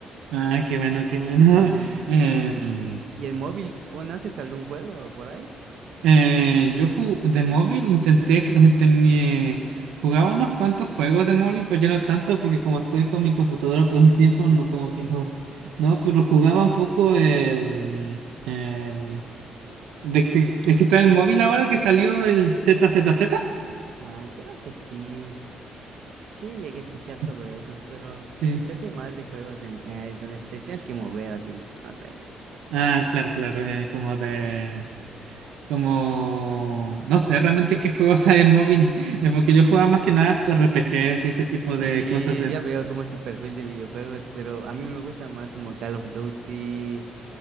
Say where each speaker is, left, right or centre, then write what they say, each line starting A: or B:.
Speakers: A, on the right; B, on the right.
A: Ah, qué bueno, qué bueno.
B: Sí.
A: <laughs> Em,
B: ¿Y en móvil conoces algún juego por ahí?
A: eh, yo ju- de móvil intenté, <laughs> tenía, jugaba unos cuantos juegos de móvil, pero ya no tanto porque como estoy con mi computadora todo el tiempo, no como que no, no, pero jugaba un poco el, el- de, que se- de que está el móvil ahora que salió el Z Z Z.
B: Ah, creo que sí. Sí, llegué a escuchar
A: Sí,
B: sobre esos, pero
A: sí.
B: yo soy más de juegos de, eh, donde te tienes que mover así, no sé.
A: Ah, claro, claro, eh, como de Como, no sé realmente qué juegos hay en móvil, <laughs> eh, porque yo jugaba más que nada RPGs y ese tipo
B: Sí,
A: de cosas en...
B: ya veo cómo es tu perfil de videojuegos, pero a mí me gusta más como Call of Duty.